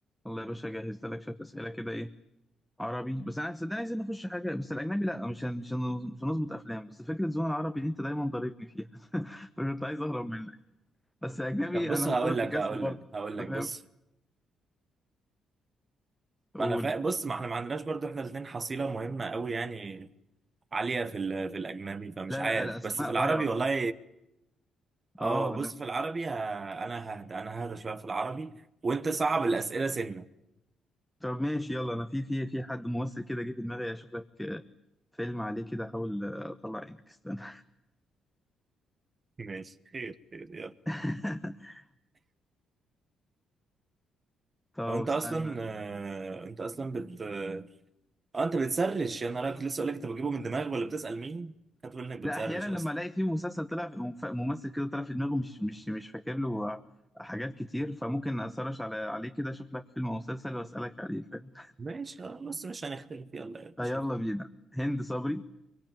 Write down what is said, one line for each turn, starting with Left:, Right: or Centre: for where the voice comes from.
Centre: الله يا باشا جهزت لك شويه اسئله كده ايه عربي بس انا صدقني عايزين نخش حاجه بس الاجنبي لا مش هن... مش هن... مش هنظبط افلام بس فكره زون العربي دي انت دايما ضاربني فيها <laughs> فكنت عايز اهرب منك بس اجنبي
Right: طب بص
Centre: انا
Right: هقول
Centre: هضرب
Right: لك
Centre: الجزم
Right: هقول
Centre: برضه
Right: لك هقول لك
Centre: انت فاهم
Right: بص
Centre: قول
Right: ما انا فا... بص ما احنا ما عندناش برضو احنا الاثنين حصيله مهمه قوي يعني عاليه في ال... في الاجنبي فمش
Centre: لا
Right: عارف
Centre: لا الاسماء
Right: بس في العربي
Centre: ضايعه
Right: والله اه
Centre: اه
Right: بص
Centre: لا
Right: في العربي ه... انا ههدى انا ههدى شويه في العربي وانت صعب الاسئله سنه
Centre: طب ماشي يلا انا في في في حد ممثل كده جه في دماغي اشوف لك آه، فيلم عليه كده احاول آه، اطلع عينك استنى
Right: ماشي خير خير يلا
Centre: <laughs> طب
Right: لو انت
Centre: استنى
Right: اصلا آه، انت اصلا بت اه انت بتسرش يا نهار أبيض، كنت لسه اقول لك انت بتجيبه من دماغك ولا بتسال مين؟ خدت بالك انك بتسرش
Centre: لا احيانا
Right: اصلا
Centre: لما الاقي في مسلسل طلع مف- ممثل كده طلع في دماغه مش مش مش فاكر له حاجات كتير فممكن اسرش على عليه كده اشوف لك فيلم او مسلسل واسالك عليه فاهم
Right: ماشي خلاص مش هنختلف يلا يا باشا.
Centre: فيلا بينا هند صبري